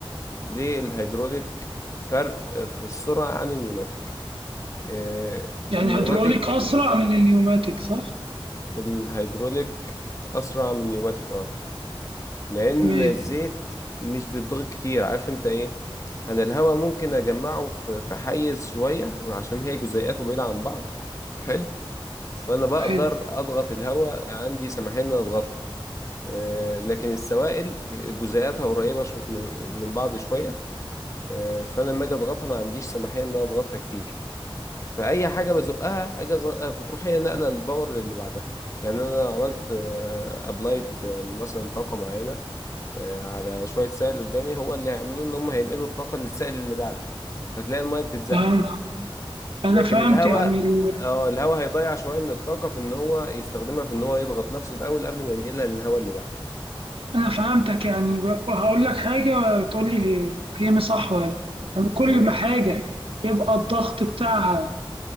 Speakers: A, on the left (about 35°); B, on the right (about 70°).
A: ليه الهيدروليك فرق في السرعه عن النيوماتيك آه،
B: يعني
A: النيوماتيك
B: هيدروليك أسرع من النيوماتيك صح؟
A: الهيدروليك اسرع من النيوماتيك اه لان
B: تمام
A: الزيت مش بيتضغط كتير عارف انت ايه انا الهواء ممكن اجمعه في في حيز شويه وعشان هي جزيئاته بعيده عن بعض حلو فانا بقدر
B: حلو
A: اضغط الهواء عندي سماحين ان أنا اضغطه آه، لكن السوائل جزيئاتها قريبه شو- من من بعض شويه آه، فانا لما اجي اضغطها ما عنديش سماحيه ان انا اضغطها كتير فاي حاجه بزقها اجي أزقها بتروح هي نقله الباور اللي بعدها يعني انا لو عملت ابلايد لمثلا طاقه معينه آه، على شوية سائل قدامي هو اللي هيعملوه ان هم هينقلوا الطاقة للسائل اللي بعده فتلاقي المية بتتزق
B: فهم- أنا
A: لكن
B: فهمت
A: الهواء
B: يعني ال...
A: اه الهواء هيضيع شوية من الطاقة في ان هو يستخدمها في ان هو يضغط نفسه الاول قبل ما ينقلها للهواء اللي بعده
B: أنا فهمتك يعني ب- وهقول لك حاجة تقول لي فهم صح ولا لأ. يعني كل
A: تمام
B: ما حاجة يبقى الضغط بتاعها